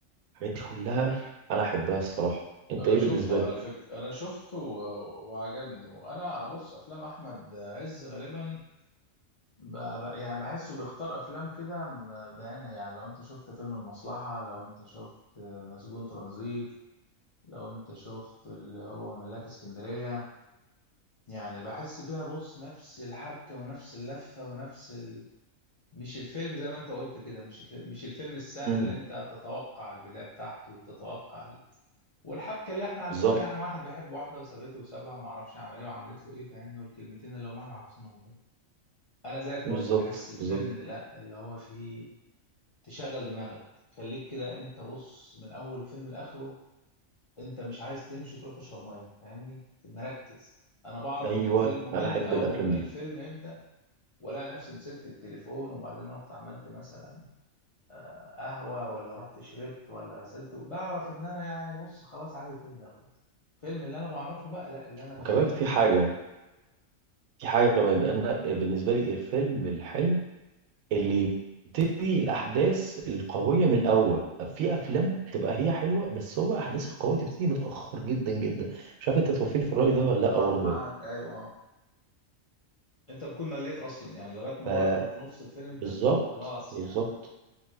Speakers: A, on the right; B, on the left.
A: الحاجات دي كلها انا احبها الصراحه انت
B: انا
A: ايه
B: شفته
A: بالنسبه لك
B: على فكره انا شفته و- وعجبني وانا بص افلام احمد عز غالبا ب... ب... يعني بحسه بيختار افلام كده م- بعينها يعني لو انت شفت فيلم المصلحة لو انت شفت مسجون ترانزيت لو انت شفت اللي هو ملاك اسكندرية يعني بحس فيها بص نفس الحبكة ونفس اللفة ونفس ال... مش الفيلم زي ما انت قلت كده مش الفيلم مش الفيلم السهل
A: امم
B: اللي انت تتوقع البداية بتاعته وتتوقع ال- والحبكة اللي احنا عارفينها
A: بالظبط
B: يعني واحد بيحب واحدة وسابته وسابها وما اعرفش عمل ايه وعملت له ايه فاهمني والكلمتين اللي هم احنا حافظينهم دول انا زيك
A: بالظبط
B: برضو بحس الفيلم
A: بالظبط
B: اللي لا اللي هو فيه تشغل دماغك خليك كده انت بص من اول فيلم لاخره انت مش عايز تمشي وتروح تشرب ميه فاهمني مركز انا بعرف
A: ايوه
B: ان الفيلم ممل
A: انا احب
B: اول
A: الافلام
B: ما
A: دي
B: الفيلم يبدا والاقي نفسي مسكت التليفون وبعدين رحت عملت مثلا آه، قهوه ولا رحت شربت ولا غسلت بعرف ان انا يعني بص خلاص عايز الفيلم يخلص الفيلم اللي انا بعرفه بقى لا اللي انا بخلي
A: وكمان في حاجه في حاجه كمان انا بالنسبه لي الفيلم الحلو اللي يبتدي الأحداث القوية من الأول في أفلام تبقى هي حلوة بس هو أحداث القوية تبتدي متأخر جدا جدا مش عارف أنت توافقني في الرأي ده ولا لأ
B: صح
A: برضه
B: معاك
A: يعني
B: ايوه اه انت بتكون مليت اصلا يعني لغايه ما
A: فبالظبط
B: هو يدخل في نص الفيلم انت
A: بالظبط
B: ب- خلاص
A: بالظبط
B: يعني